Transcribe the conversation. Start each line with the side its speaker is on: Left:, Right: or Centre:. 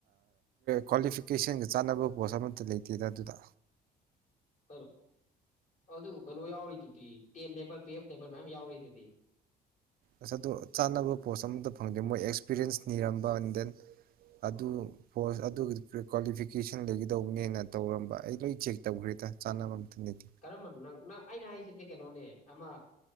Right: ꯀ꯭ꯋꯥꯂꯤꯐꯤꯀꯦꯁꯟꯒ ꯆꯥꯟꯅꯕ ꯄꯣꯁ ꯑꯃꯠꯇ ꯂꯩꯇꯦ ꯊꯗ ꯑꯗꯨꯗ
Left: ꯀꯩꯅꯣ ꯑꯗꯨ ꯀꯩꯅꯣ ꯌꯥꯎꯔꯤꯗꯨꯗꯤ ꯇꯦꯄ ꯇꯋꯦ ꯃꯌꯥꯝ ꯌꯥꯎꯔꯤꯗꯨ
Right: ꯑꯁ ꯑꯗꯨꯣ ꯆꯥꯅꯕ ꯄꯣꯁ ꯑꯃꯇ ꯐꯪꯗꯦ ꯃꯣꯏ ꯑꯦꯛꯁꯄꯤꯔꯤꯌꯦꯟꯁ ꯅꯤꯔꯝꯕ ꯑꯦꯟ ꯗꯦꯟ ꯑꯗꯨ ꯄꯣꯁ ꯑꯗꯨꯒꯤ ꯀ꯭ꯋꯥꯂꯤꯐꯤꯀꯦꯁꯟ ꯂꯩꯒꯗꯧꯕꯅꯦꯅ ꯇꯧꯔꯝꯕ ꯑꯩ ꯂꯣꯏ ꯆꯦꯛ ꯇꯧꯈ꯭ꯔꯦꯗ ꯆꯥꯅꯕ ꯂꯩꯇꯦ
Left: ꯀꯔꯝꯕꯅꯣ ꯅꯪ ꯅꯪ ꯑꯩꯅ ꯍꯥꯏꯁꯤꯗꯤ ꯀꯩꯅꯣꯅꯦ ꯑꯃ